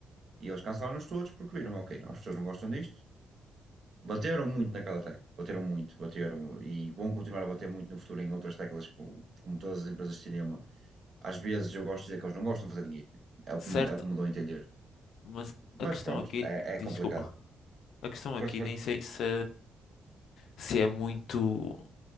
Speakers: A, on the right; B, on the left.
A: E eles cancelaram-nos todos porque viram, ok, não, as pessoas não gostam disto. Bateram muito naquela tecla, bateram muito, bateram e vão continuar a bater muito no futuro em outras teclas, como, como todas as empresas de cinema. Às vezes eu gosto de dizer que eles não gostam de fazer dinheiro, é o que, me-
B: Certo,
A: é o que me dou a entender.
B: mas a
A: Mas
B: questão
A: pronto,
B: aqui.
A: é, é
B: Desculpa.
A: complicado.
B: A questão aqui
A: Força, força.
B: nem sei se, se é muito.